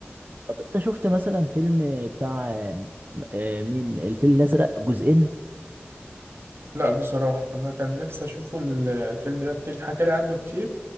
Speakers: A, on the right; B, on the right.
A: طب انت شفت مثلا فيلم بتاع آه، آه، مين الفيل الازرق جزئين
B: لا بصراحة أنا كان نفسي أشوفه الفيلم ده كتير اتحكى لي عنه كتير